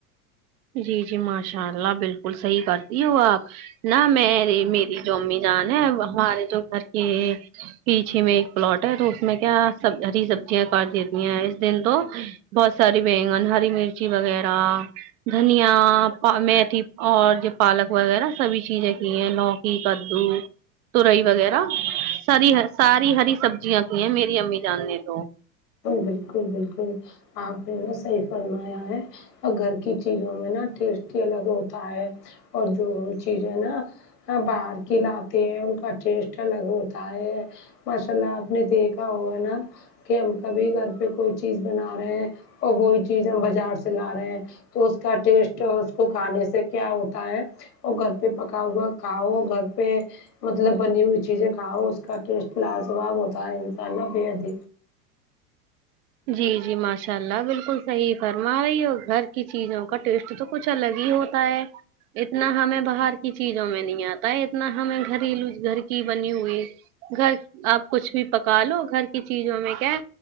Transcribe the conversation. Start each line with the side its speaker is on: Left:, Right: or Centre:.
Right: جی جی ماشاء اللہ بالکل صحیح کرتی ہو آپ نہ میری میری جو امی جان ہے ہمارے جو گھر کے پیچے میں ایک پلاٹ ہے تو اس میں کیا سب ہری سبزیاں کر دیتی ہیں اس دن تو بہت ساری بیگن ہری مرچی وغیرہ دھنیا میتھی اور جو پالک وغیرہ سبھی چیزیں کی ہیں لوکی کدو ترئی وغیرہ سری ساری ہری سبزیاں کی ہیں میری امی جان نے تو
Left: بالکل بالکل آپ نے نہ صحیح فرمایا ہے اور گھر کی چیزوں میں نا ٹیسٹی الگ ہوتا ہے اور جو ہم چیزیں نا باہر کی لاتے ہیں ان کا ٹیسٹ الگ ہوتا ہے ماشاء اللہ آپ نے دیکھا ہوگا نا کہ ہم کبھی گھر پہ کوئی چیز بنا رہے ہیں اور وہی چیز ہم بازار سے لا رہے ہیں تو اس کا ٹیسٹ اس کو کھانے سے کیا ہوتا ہے وہ گھر پہ پکا ہوا کھاؤ گھر پہ مطلب بنی ہوئی چیزیں کھاؤ اس کا ٹیسٹ لاجواب ہوتا ہے انسان نا بے حد
Right: جی جی ماشاء اللہ بالکل صحیح فرما رہی ہو گھر کی چیزوں کا ٹیسٹ تو کچھ الگ ہی ہوتا ہے اتنا ہمیں باہر کی چیزوں میں نہیں آتا ہے اتنا ہمیں گریلو گھر کی بنی ہوئی گھر آپ کچھ بھی پکا لو گھر کی چیزوں میں کیا